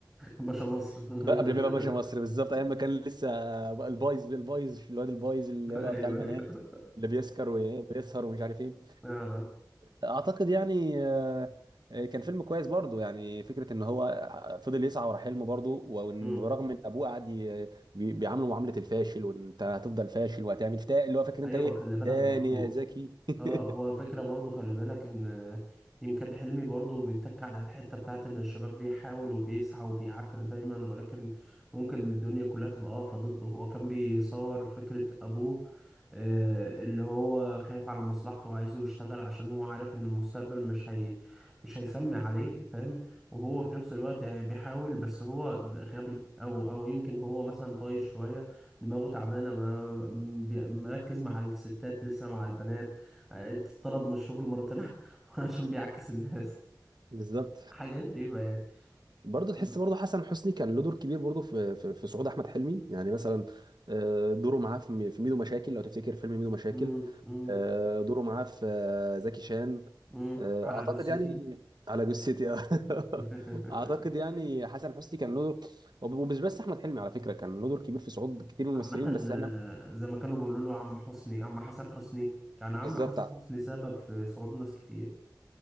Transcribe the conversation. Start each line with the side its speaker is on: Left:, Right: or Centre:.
Centre: <laughs> باشا مصر
Right: بقى قبل
Centre: <laughs>
Right: ما يبقى باشا مصر بالظبط ايام ما كان لسه البايظ البايظ في الواد البايظ اللي
Centre: ايوه
Right: هو بتاع البنات
Centre: ايوه
Right: اللي بيسكر وبيسهر ومش عارف ايه
Centre: آه.
Right: اعتقد يعني آه، آه، كان فيلم كويس برضو يعني فكره ان هو فضل يسعى ورا حلمه برضو وإن
Centre: مم.
Right: برغم ان ابوه قعد ي- بي- بيعامله معامله الفاشل وان انت هتفضل فاشل وهتعمل تا اللي هو فاكر انت
Centre: ايوه
Right: ايه
Centre: خلي بالك
Right: تاني
Centre: برضو
Right: يا زكي <laughs>
Centre: اه هو فكرة برضو خلي بالك ان يمكن حلمي برضو بيتك على الحتة بتاعت ان الشباب بيحاول وبيسعى وبيعافر دايما ولكن ممكن الدنيا كلها تبقى واقفة ضده هو كان بيصور فكرة ابوه آه، اللي هو خايف على مصلحته وعايزه يشتغل عشان هو عارف ان المستقبل مش هي مش هيسمع عليه فاهم وهو في نفس الوقت يعني بيحاول بس هو ده غبي او او يمكن هو مثلا طايش شوية دماغه تعبانة ما م- بي- مركز مع الستات لسه مع البنات آه، اتطرد من الشغل مرتين <laughs> عشان بيعكس الناس
Right: بالظبط
Centre: حاجة غريبة يعني
Right: برضه تحس
Centre: ز-
Right: برضه حسن حسني كان له دور كبير برضه في في, في صعود احمد حلمي يعني مثلا آه، دوره معاه في مي- في ميدو مشاكل لو تفتكر فيلم ميدو مشاكل
Centre: مم، مم،
Right: آه، دوره معاه في آه، زكي شان
Centre: مم،
Right: آه،
Centre: على
Right: اعتقد
Centre: جثتي
Right: يعني على جثتي آه. <laughs>
Centre: <laughs>
Right: اعتقد يعني حسن حسني كان له ومش بس احمد حلمي على فكره كان له دور كبير في صعود كتير من
Centre: عامة
Right: الممثلين بس احنا
Centre: آه، زي ما كانوا بيقولوا له عم حسني عم حسن حسني كان عم
Right: بالظبط
Centre: حسن حسني سبب في صعود ناس كتير